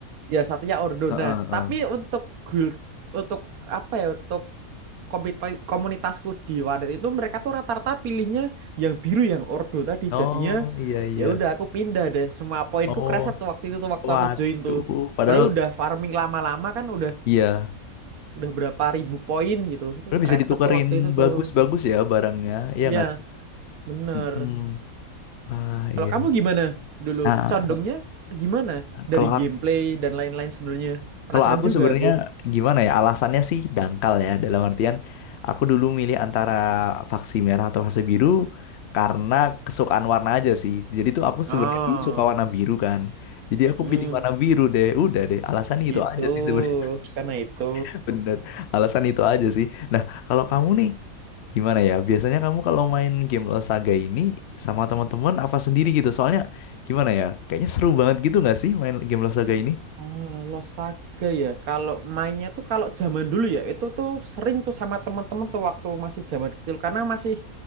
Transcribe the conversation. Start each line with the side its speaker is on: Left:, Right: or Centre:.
Right: Ya satunya Ordo.
Left: Heeh,
Right: Nah,
Left: heeh.
Right: tapi untuk guild untuk apa ya? Untuk komita- komunitasku di Wadet itu mereka tuh rata-rata pilihnya yang biru yang ordo tadi
Left: Oh
Right: jadinya
Left: iya iya.
Right: ya udah aku pindah deh semua poinku
Left: Oh
Right: kerasa tuh waktu itu tuh waktu
Left: waduh.
Right: aku join tuh
Left: Padahal
Right: perlu udah farming lama-lama kan udah
Left: iya.
Right: udah berapa ribu poin gitu tuh
Left: Lo
Right: kerasa
Left: bisa ditukerin
Right: tuh waktu itu
Left: bagus-bagus
Right: tuh
Left: ya barangnya, iya
Right: iya
Left: nggak sih?
Right: bener
Left: Mm-mm. Wah iya.
Right: kalau kamu gimana dulu
Left: Nah,
Right: condongnya gimana dari
Left: kalau
Right: gameplay
Left: aku,
Right: dan lain-lain sebenarnya penasaran
Left: kalau aku
Right: juga
Left: sebenarnya
Right: aku
Left: gimana ya? Alasannya sih dangkal ya. Dalam artian aku dulu milih antara vaksin merah atau vaksin biru karena kesukaan warna aja sih. Jadi tuh aku
Right: oh
Left: sebenarnya dulu suka warna biru kan. Jadi aku
Right: hmm
Left: pilih warna biru deh. Udah deh, alasannya itu
Right: itu
Left: aja sih sebenarnya.
Right: karena itu
Left: <laughs> Bener, alasan itu aja sih. Nah, kalau kamu nih, Gimana ya? Biasanya kamu kalau main game Lost Saga ini sama teman-teman apa sendiri gitu? Soalnya gimana ya? Kayaknya seru banget gitu nggak sih main game Lost Saga ini?
Right: Oh, Losaga ya. Kalau mainnya tuh kalau zaman dulu ya itu tuh sering tuh sama temen-temen tuh waktu masih zaman kecil karena masih